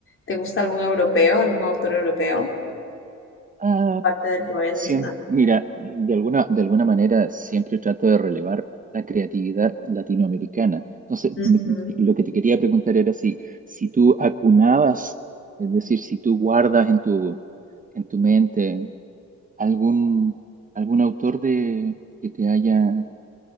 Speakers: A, on the left (about 45°); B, on the right (about 25°).
A: ¿Te gusta algún europeo, algún autor europeo,
B: Ah,
A: aparte del que me habías
B: Siem-
A: mencionado?
B: mira, de alguna, de alguna manera siempre trato de relevar la creatividad latinoamericana. Entonces,
A: Ujú.
B: me- lo que te quería preguntar era si, si tú acunabas, es decir, si tú guardas en tu, en tu mente algún, algún autor de, que te haya,